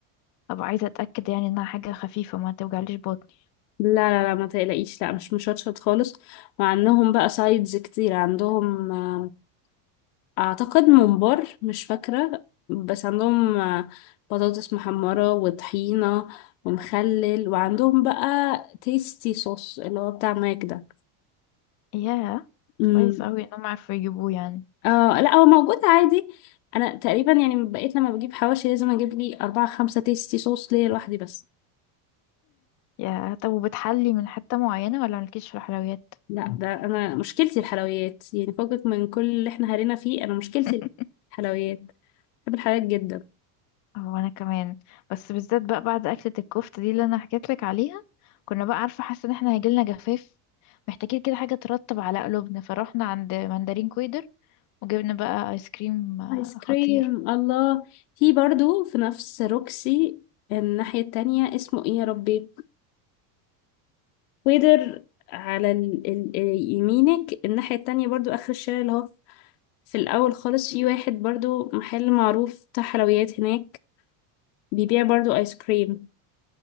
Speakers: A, on the left; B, on the left.
A: ابقى عايزة اتأكد يعني انها حاجة خفيفة ما توجعليش بطني
B: لا لا لا ما تقلقيش لا مش مشطشط خالص وعندهم بقى سايدز كتير عندهم آه، اعتقد ممبار مش فاكرة بس عندهم آه، بطاطس محمرة وطحينة ومخلل وعندهم بقى تيستي صوص اللي هو بتاع ماك ده
A: ياه
B: امم
A: كويس قوي انهم عارفين يجيبوه يعني
B: اه لا هو موجود عادي انا تقريبا يعني بقيت لما بجيب حواشي لازم اجيب لي اربعة خمسة تيستي صوص ليا لوحدي بس
A: يا طب وبتحلي من حتة معينة ولا مالكيش في الحلويات
B: لا ده انا مشكلتي الحلويات يعني فوقك من كل اللي احنا هرينا فيه انا مشكلتي
A: <laughs>
B: الحلويات بحب الحلويات جدا
A: هو انا كمان بس بالذات بقى بعد اكلة الكفتة دي اللي انا حكيت لك عليها كنا بقى عارفة حاسة ان احنا هيجيلنا جفاف محتاجين كده حاجة ترطب على قلوبنا فروحنا عند مندرين كويدر وجبنا بقى ايس كريم آه،
B: ايس كريم
A: خطير
B: الله في برضو في نفس روكسي الناحية التانية اسمه ايه يا ربي ويدر على ال... ال... يمينك الناحية التانية برضو اخر الشارع اللي هو في الاول خالص في واحد برضو محل معروف بتاع حلويات هناك بيبيع برضو ايس كريم